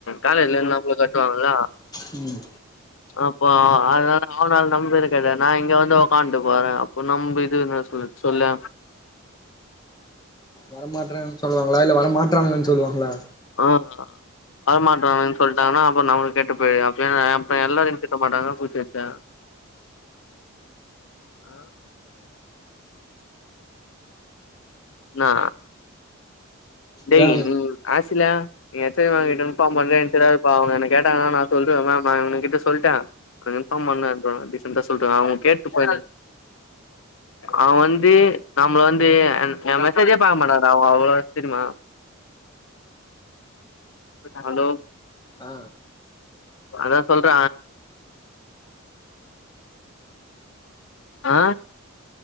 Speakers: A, on the left (about 65°); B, on the left (about 20°).
A: காலேஜ்லந்து நம்மள கட்டுவாங்கள
B: ம்
A: அப்போ அதனால அவனால நம்ப இழுக்காத நா இங்க வந்து ஒக்கான்ட்டு போறே அப்போ நம்பு இதுன் சொல் சொல்ல
B: வரமாட்றே சொல்லுவாங்ளா இல்ல வர மாட்றானுங்கன் சொல்லுவாங்ளா
A: <inaudible> வர மாட்றாங்கன் சொல்ட்டாங்கன்னா அப்றோ நமக்கு கெட்டு போயிடு அப்ப அப்றோ எல்லாரையு திட்ட மாட்டாங்கன் பேசி வச்சே ஆ இன்னா
B: இதா
A: டேய் நீ ஆஸ் சில்ல நீ <unintelligible> மேம் கிட்ட இன்ஃபார்ம் பண்ணு <unintelligible> இப்ப அவங் என்ன கேட்டாங்கன்னா நா சொல்றே மேம் நா இவனுங் கிட்ட சொல்ட்டே க்கு இன்ஃபார்ம் பண்ணு அப்றோ டிசெண்ட்டா சொல்ற அவங் கேட்டு போ அவ வந்து நம்ம வந்து ஏ மெசேஜே பாக்க மாட்டா சா அவ அவ தெரிமா ஹலோ
B: ஆ
A: அதா சொல்ற ஆ